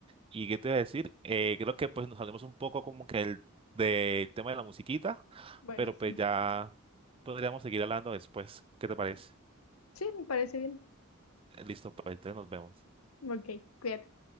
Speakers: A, on the right; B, on the left.
A: ¿Y qué te iba a decir? Eh, creo que pues nos salimos un poco como que el, del tema de la musiquita,
B: Bueno,
A: pero
B: sí.
A: pues ya podríamos seguir hablando después, ¿qué te parece?
B: Sí, me parece bien.
A: Eh, Listo, pues entonces nos vemos.
B: Ok, cuídate.